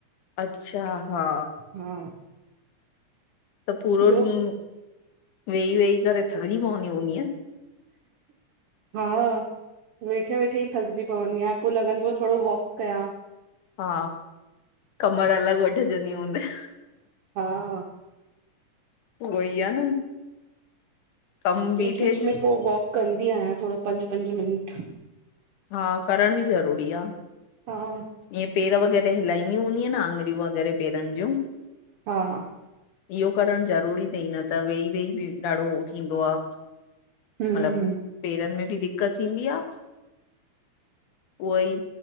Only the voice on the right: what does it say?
हा।
ॿियो
हा। वेठे वेठे ई थकजी पवंदी आं, पो लॻंदो आ थोरो वॉक कयां।
हा।
बीच
बीच में
पो वॉक कंदी आहियां थोड़ो पंज पंज मिंट।
हा।
हा।
हम्म